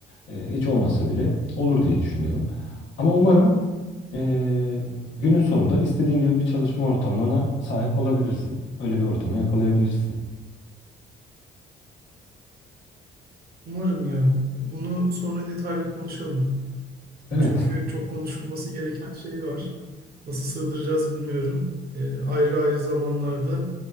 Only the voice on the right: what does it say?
Umarım ya bunu sonra detaylı konuşalım.
Ya Çünkü çok konuşulması gereken şey var. Nasıl sığdıracağız bilmiyorum. Ee, ayrı ayrı zamanlarda